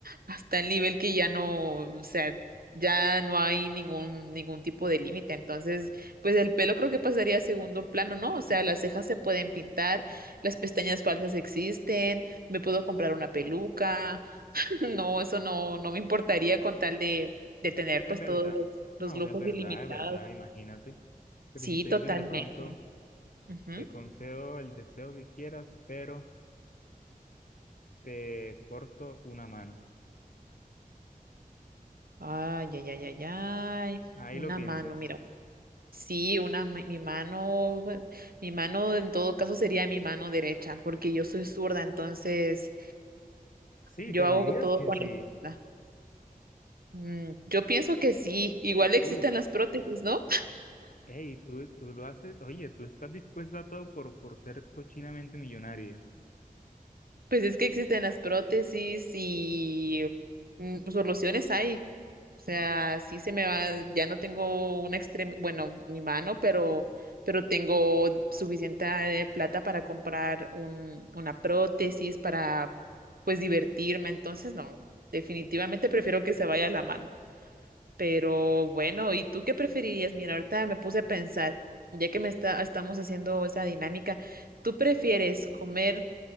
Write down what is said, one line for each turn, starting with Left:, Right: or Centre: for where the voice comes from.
Right: hasta el nivel que ya no, o sea, ya no hay ningún, ningún tipo de límite. Entonces, pues el pelo creo que pasaría a segundo plano, ¿no? O sea, las cejas se pueden pintar, las pestañas falsas existen, me puedo comprar una peluca. No, eso no, no me importaría con tal de, de tener
Left: es
Right: pues
Left: verdad.
Right: todos los,
Left: No,
Right: los lujos
Left: es verdad,
Right: ilimitados.
Left: es verdad. Imagínate. Pero
Right: Sí,
Left: si te
Right: totalmente.
Left: dicen de pronto,
Right: Ujú.
Left: te concedo el deseo que quieras, pero te corto una mano.
Right: Ay, ay, ay, ay, ay.
Left: Ahí
Right: Una
Left: lo piensas.
Right: mano, mira. Sí, una, ma- mi mano, bueno, mi mano en todo caso sería mi mano derecha, porque yo soy zurda, entonces
Left: Sí,
Right: yo
Left: pero
Right: hago
Left: dirías
Right: todo
Left: que
Right: con
Left: sí.
Right: la izquierda. Mm, yo pienso que sí, igual existen
Left: Uf,
Right: las prótesis, ¿no?
Left: hey, tú, tú lo haces, oye, tú estás dispuesta a todo por, por ser cochinamente millonaria.
Right: Pues es que existen las prótesis y mm, pues, soluciones hay. O sea, sí se me va, ya no tengo una extremidad, bueno, mi mano, pero, pero tengo suficiente eh, plata para comprar un, una prótesis para, pues, divertirme. Entonces, no, definitivamente prefiero que se vaya la mano. Pero bueno, ¿y tú qué preferirías? Mira, ahorita me puse a pensar, ya que me está, estamos haciendo esa dinámica, ¿tú prefieres comer?